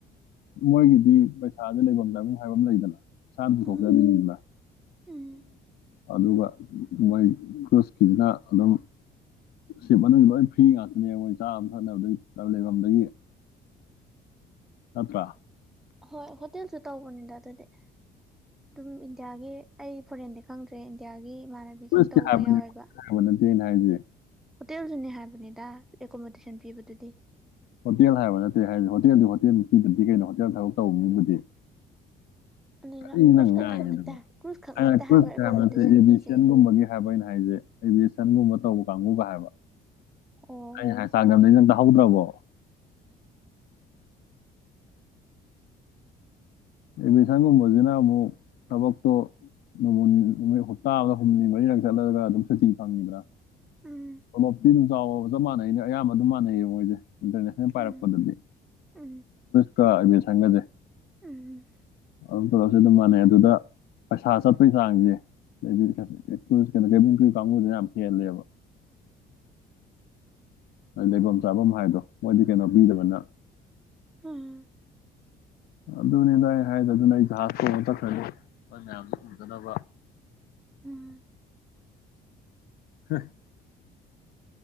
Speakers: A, on the left (about 65°); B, in the centre.
A: ꯃꯣꯏꯒꯤꯗꯤ ꯄꯩꯁꯥꯗꯤ ꯂꯩꯐꯝ ꯂꯩꯕꯨꯡ ꯍꯥꯏꯐꯝ ꯑꯃ ꯂꯩꯗꯅ ꯏꯁꯥꯅ ꯄꯨꯊꯣꯛꯆꯗꯣꯏꯅꯤꯅ
B: ꯎꯝ ꯎꯝ
A: ꯑꯗꯨꯒ ꯃꯣꯏ ꯀ꯭ꯔꯨꯁꯀꯤꯁꯤꯅ ꯑꯗꯨꯝ ꯁꯤꯞ ꯃꯅꯨꯡ ꯂꯣꯏ ꯐ꯭ꯔꯤ ꯉꯥꯛꯇꯅꯦ ꯃꯣꯏ ꯆꯥꯕ ꯊꯛꯅꯕꯗ ꯂꯩꯐꯝꯗꯒꯤ ꯅꯠꯇ꯭ꯔ
B: ꯍꯣꯏ ꯍꯣꯇꯦꯜꯁꯨ ꯇꯎꯧꯕꯅꯤꯗ ꯑꯗꯨꯗꯤ ꯑꯗꯨꯝ ꯏꯟꯗꯤꯌꯥꯒꯤ ꯑꯩ ꯐꯣꯔꯦꯟꯗꯤ ꯈꯪꯗ꯭ꯔꯦ ꯏꯟꯗꯤꯌꯥꯒꯤ ꯏꯃꯥꯟꯅꯕꯤꯁꯤꯡ
A: ꯀ꯭ꯔꯨꯁꯀꯤ
B: ꯇꯧꯕ
A: ꯍꯥꯏꯕꯅꯤ
B: ꯌꯥꯎꯋꯦꯕ
A: <unintelligible>
B: ꯍꯣꯇꯦꯜꯁꯨꯅꯦ ꯍꯥꯏꯕꯅꯤꯗ ꯑꯦꯀꯣꯃꯣꯗꯦꯁꯟ ꯄꯤꯕꯗꯨꯗꯤ
A: ꯍꯣꯇꯦꯜ ꯍꯥꯏꯕ ꯅꯠꯇꯦ ꯍꯥꯏꯗꯤ ꯍꯣꯇꯦꯜꯗꯤ ꯍꯣꯇꯦꯜ ꯅꯨ ꯄꯤꯗꯗꯤ ꯀꯩꯅꯣ ꯍꯣꯇꯦꯜ ꯊꯕꯛ ꯇꯧꯕꯅꯤꯕꯨꯗꯤ
B: ꯑꯗꯨꯅ
A: ꯀꯔꯤ
B: ꯀ꯭ꯔꯨꯁ
A: ꯅ ꯉꯥꯏꯉꯗꯅꯣ
B: ꯈꯛꯇꯪ ꯅꯠꯇꯦ ꯀ꯭ꯔꯨꯁ ꯈꯛ
A: ꯑꯩꯅ
B: ꯅꯠꯇꯦ ꯑꯦꯀꯣꯃꯣꯗꯦꯁꯟ
A: ꯍꯥꯏꯕ ꯅꯠꯇꯦ ꯑꯦꯕꯤꯁꯟꯒꯨꯝꯕꯒꯤ
B: ꯄꯤꯁꯦ
A: ꯍꯥꯏꯕ ꯑꯩꯅ ꯍꯥꯏꯁꯦ ꯑꯦꯕꯤꯁꯟꯒꯨꯝꯕ ꯇꯧꯕ ꯀꯥꯡꯕꯨꯒ ꯍꯥꯏꯕ
B: ꯑꯣ
A: ꯑꯩꯅ ꯍꯥꯏ ꯆꯥꯒ ꯍꯧꯗ꯭ꯔꯕꯣ ꯑꯦꯃꯤꯁꯟꯒꯨꯝꯕꯖꯤꯅ ꯑꯃꯨꯛ ꯊꯕꯛꯇꯣ ꯅꯣꯡꯃ ꯅꯨꯃꯤꯠ ꯍꯞꯇꯥ ꯑꯃꯗ ꯍꯨꯝꯅꯤ ꯃꯔꯤꯔꯛ ꯆꯠꯂꯒ ꯑꯗꯨꯝ ꯁꯨꯇꯤ ꯐꯪꯉꯤꯗꯅ
B: ꯎꯝ
A: ꯇꯣꯂꯣꯞꯇꯤ ꯑꯗꯨꯝ ꯆꯥꯎ ꯆꯞ ꯃꯥꯟꯅꯩꯅꯦ ꯑꯌꯥꯝꯕ ꯑꯗꯨꯝ ꯃꯥꯟꯅꯩꯌꯦ ꯃꯣꯏꯖꯦ ꯏꯟꯇꯔꯅꯦꯁꯅꯦꯜ ꯄꯥꯏꯔꯛꯄꯗꯗꯤ
B: ꯎꯝ ꯎꯝ
A: ꯀꯥ ꯑꯦꯃꯤꯁꯟꯒꯖꯦ
B: ꯎꯝ
A: ꯑꯗꯨꯝ ꯇꯣꯂꯣꯞꯁꯦ ꯑꯗꯨꯝ ꯃꯥꯟꯅꯩ ꯑꯗꯨꯗ ꯄꯩꯁꯥ ꯆꯠꯄꯒꯤ ꯆꯥꯡꯖꯦ <unintelligible> ꯀꯦꯕꯨꯟ ꯀꯔ꯭ꯤꯎ ꯀꯥꯡꯕꯨꯖꯤꯅ ꯌꯥꯝ ꯍꯦꯜꯂꯦꯕ ꯂꯩꯕꯝ ꯆꯥꯕꯝ ꯍꯥꯏꯗꯣ ꯃꯣꯏꯗꯤ ꯀꯩꯅꯣ ꯄꯤꯗꯕꯅ
B: ꯎꯝ
A: ꯑꯗꯨꯅꯤꯗ ꯑꯩ ꯍꯥꯏꯗꯣ ꯑꯗꯨꯅ ꯑꯩ ꯖꯍꯥꯖꯇꯣꯡꯉ ꯆꯠꯈ꯭ꯔꯅꯤ ꯅꯣꯏ ꯃꯌꯥꯝꯖꯤ ꯎꯗꯅꯕ
B: ꯎꯝ
A: <unintelligible>